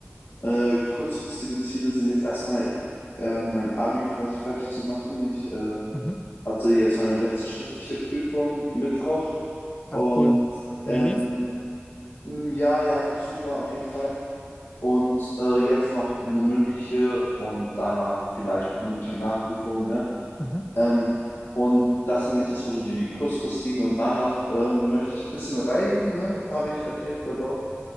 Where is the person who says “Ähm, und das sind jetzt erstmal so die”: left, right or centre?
Left